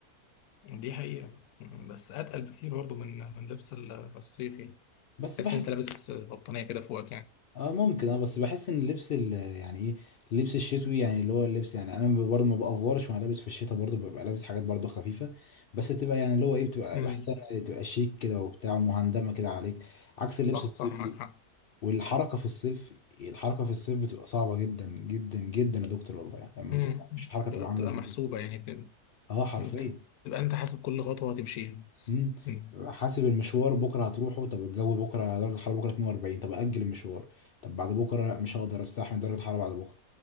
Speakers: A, on the left (about 80°); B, on the left (about 65°).
A: دي حقيقه بس اتقل بكتير برضو من من لبس ال- الصيف يعني
B: بس
A: بس
B: بحس
A: انت لابس بطانيه كده فوقك يعني
B: اه ممكن اه بس بحس ان اللبس ال- يعني ايه اللبس الشتوي يعني اللي هو اللبس يعني انا برضه ما بافورش وانا لابس في الشتاء برضه ببقى لابس حاجات برضه خفيفه بس تبقى يعني اللي هو ايه بتبقى
A: امم
B: بحسها انها تبقى شيك كده وبتاع ومهندمه كده عليك عكس اللبس
A: صح
B: الصيفي
A: صح معاك حق
B: والحركه في الصيف الحركه في الصيف بتبقى صعبه جدا جدا جدا يا دكتور والله يعني لما
A: امم
B: انت مش الحركه
A: بتبقى
B: تبقى عامله
A: بتبقى
B: ازاي
A: محسوبة يعني بت-
B: اه حرفيا
A: بت- بتبقى انت حاسب كل خطوة هتمشيها
B: مم.
A: امم
B: حاسب المشوار بكره هتروحه طب الجو بكره درجه الحراره بكره 42 طب اجل المشوار طب بعد بكره لا مش هقدر استحمل درجه الحراره بعد بكره